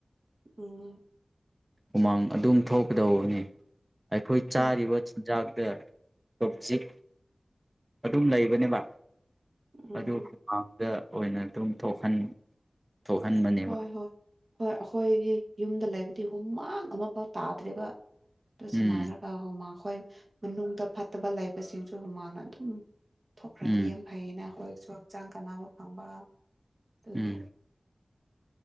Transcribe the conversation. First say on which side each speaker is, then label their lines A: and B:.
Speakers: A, on the right (about 65°); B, on the right (about 25°).
A: ꯎꯝ
B: ꯍꯨꯃꯥꯡ ꯑꯗꯨꯝ ꯊꯣꯛꯀꯗꯧꯕꯅꯤ ꯑꯩꯈꯣꯏ
A: ꯍꯣꯏ
B: ꯆꯥꯒꯤꯕ ꯆꯤꯟꯖꯥꯛꯇꯥ ꯇꯣꯖꯤꯛ ꯑꯗꯨꯝ ꯂꯩꯕꯅꯦꯕ
A: ꯎꯝ
B: ꯑꯗꯨ ꯗꯥ ꯑꯣꯏꯅ ꯑꯗꯨꯝ ꯊꯣꯛꯍꯟ ꯊꯣꯛꯍꯟꯕꯅꯤ
A: ꯍꯣꯏ ꯍꯣꯏ ꯍꯣꯏ ꯑꯩꯈꯣꯏꯒꯤ ꯌꯨꯝꯗ ꯂꯩꯕꯗꯤ ꯍꯨꯃꯥꯡ ꯑꯃꯐꯥꯎ ꯇꯥꯗ꯭ꯔꯦꯕ ꯑꯗꯨ ꯁꯥꯟꯅꯔꯒ
B: ꯎꯝ
A: ꯍꯨꯃꯥꯡ ꯑꯩꯈꯣꯏ ꯃꯅꯨꯡꯗ ꯐꯠꯇꯕ ꯂꯩꯕꯁꯤꯡꯁꯨ ꯍꯨꯃꯥꯡꯅ ꯑꯗꯨꯝ ꯊꯣꯛꯈ꯭ꯔꯗꯤ
B: ꯎꯝ
A: ꯌꯥꯝ ꯐꯩꯌꯦꯅ ꯑꯩꯈꯣꯏꯁꯨ ꯍꯛꯆꯥꯡ ꯀꯥꯟꯅꯕ ꯐꯪꯕ ꯑꯗꯨꯒꯤ
B: ꯎꯝ